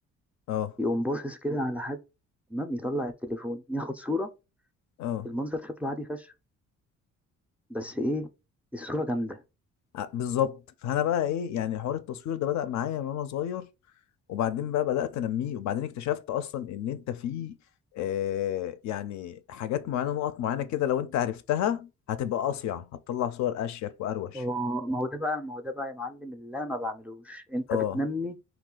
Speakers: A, on the left; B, in the centre.
A: اه
B: يقوم باصص كده على حاجة تمام يطلع التليفون ياخد صورة
A: اه
B: المنظر شكله عادي فشخ بس ايه الصورة جامدة
A: ع- بالظبط فانا بقى ايه يعني حوار التصوير ده بدأ معايا من وانا صغير وبعدين بقى بدأت انميه وبعدين اكتشفت اصلا ان انت في آه يعني حاجات معينه نقط معينه كده لو انت عرفتها هتبقى اصيع هتطلع صور اشيك واروش
B: ما هو ما هو ده بقى ما هو ده بقى يا معلم اللي انا ما بعملوش انت
A: اه
B: بتنمي